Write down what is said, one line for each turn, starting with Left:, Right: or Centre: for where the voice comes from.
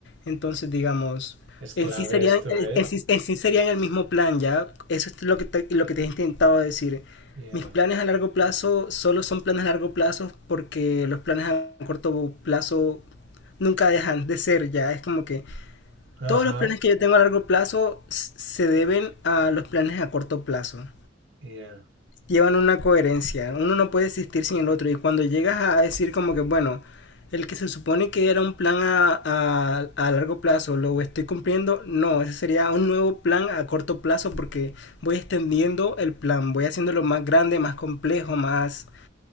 Left: Entonces, digamos,
Right: Es
Left: en
Right: clave
Left: sí serían,
Right: esto,
Left: en,
Right: ¿eh?
Left: en sí, en sí serían el mismo plan, ¿ya? Eso es lo que te, lo que te he intentado decir.
Right: Yeah.
Left: Mis planes a largo plazo solo son planes a largo plazo porque los planes a corto plazo nunca dejan de ser, ya. Es como que todos
Right: Ajá.
Left: los planes que yo tengo a largo plazo s- se deben a los planes a corto plazo
Right: Yeah.
Left: llevan una coherencia. Uno no puede existir sin el otro. Y cuando llegas a decir como que, bueno, el que se supone que era un plan a, a, a largo plazo, lo estoy cumpliendo, no, ese sería un nuevo plan a corto plazo porque voy extendiendo el plan, voy haciéndolo más grande, más complejo, más